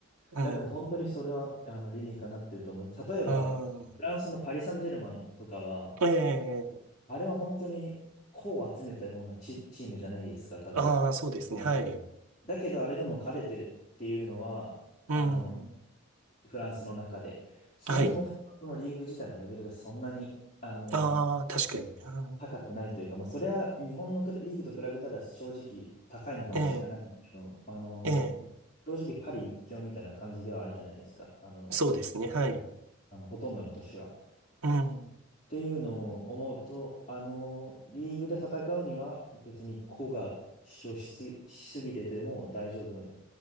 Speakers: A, on the right (about 90°); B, on the left (about 30°).
A: うん。
B: いや、でも本当にそれは、あの、理にかなってると思う。例えば、
A: あ
B: フランスのパリ・サンジェルマンとかは、
A: ーええ
B: あれは本当にこを集めたようなチ、チームじゃないですか、多分。
A: ああー、そうですね。
B: に
A: はい。
B: だけど、あれでも彼れてるっていうのは、
A: うん。
B: あの、フランスの中で、そもそもフランスのリーグ自体のレベルがそんなに、
A: はい。
B: あの、
A: ああ、確かに。あー
B: 高くないというか、まあ、それは日本のクラリーグと比べたら正直高いのかもしれないですけど、
A: え
B: あの、
A: えええ
B: 正直パリ一強みたいな感じではあるじゃないですか、あの、
A: そうですね。はい。
B: あの、ほとんどの年は。
A: うん。
B: っていうのを思うと、あの、リーグで戦うには別に個が主張しす、しすぎてても大丈夫